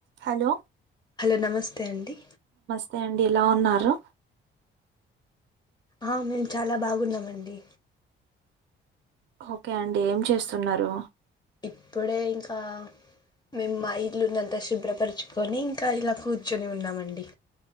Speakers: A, on the right; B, on the left.
A: Hello
B: hello నమస్తే అండి
A: hi అండి ఇలా ఉన్నారు
B: ఆ మేము చాలా బాగున్నామండి
A: ఓకే అండి ఏం చేస్తున్నారు
B: ఇప్పుడే ఇంకా మేము మా ఇల్లున్నంత శుభ్రపరుచుకొని ఇంకా ఇలా కూర్చొని ఉన్నామండి